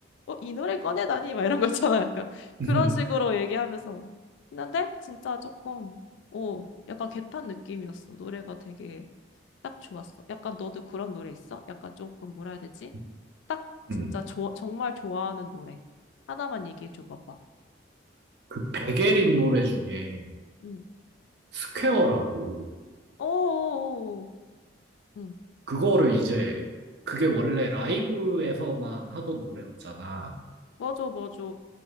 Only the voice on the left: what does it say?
어, 이 노래 꺼내다니? 막 이런 거 있잖아. 약간 그런
식으로 얘기하면서. 했는데 진짜 조금, 어, 약간 개 탄 느낌이었어. 노래가 되게 딱 좋았어. 약간 너도 그런 노래 있어? 약간 조금 뭐라 해야 되지?
딱 진짜
좋아, 정말 좋아하는 노래. 하나만 얘기해 줘 봐봐.
응.
어어어. 응.
맞아, 맞아.